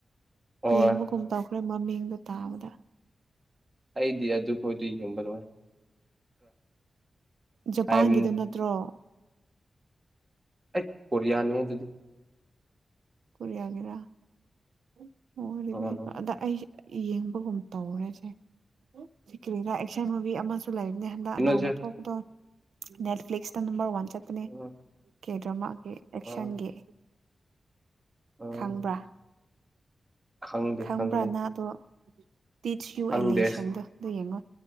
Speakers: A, on the right (about 25°); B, on the right (about 80°).
A: ꯑꯣ
B: ꯌꯦꯡꯕꯒꯨꯝ ꯇꯧꯈ꯭ꯔꯦ ꯃꯃꯤꯡꯗꯨ ꯇꯥꯕꯗ
A: ꯑꯩꯗꯤ ꯗꯨ ꯈꯣꯏꯗꯨꯨꯝꯕꯅ ꯀ꯭ꯔꯥꯏꯝ
B: ꯖꯄꯥꯟꯒꯤꯗ ꯅꯠꯇ꯭ꯔꯣ
A: ꯑꯦ ꯀꯔꯤꯌꯥꯅꯣ ꯑꯗꯨꯗꯤ
B: ꯀꯔꯤ ꯍꯥꯏꯒꯦꯔꯕ
A: ꯑꯥ
B: ꯑꯗ ꯌꯦꯡꯕꯒꯨꯝ ꯇꯧꯔꯦꯁꯦ ꯁꯤ ꯀꯔꯤꯅꯥꯥ ꯑꯦꯛꯁꯟ ꯃꯨꯚꯤ ꯑꯃꯁꯨ ꯂꯩꯅꯦ ꯍꯟꯗꯛ
A: ꯀꯩꯅꯣꯁꯦ
B: ꯅꯅꯥꯥꯎꯅ ꯊꯣꯛꯄꯗꯣ ꯅꯦꯠꯐ꯭ꯛꯁ ꯅꯝꯕꯔ ꯋꯥꯟ ꯆꯠꯅꯦ
A: ꯑꯥ
B: ꯀꯦ ꯗ꯭ꯔꯃꯥꯒꯤ ꯑꯦꯛꯁꯟꯒꯤ
A: ꯑꯥ ꯑꯥ
B: ꯈꯪꯕ꯭ꯔꯥ
A: ꯈꯪꯗꯦ
B: ꯈꯪꯕ꯭ꯔꯥꯅ
A: ꯈꯪꯗꯦ
B: ꯑꯗꯣ ꯇꯤꯁ ꯌꯨ
A: ꯈꯪꯗꯦ
B: ꯑꯦꯂꯦꯁꯟꯗꯣ ꯑꯗꯨ ꯌꯦꯡꯉꯣ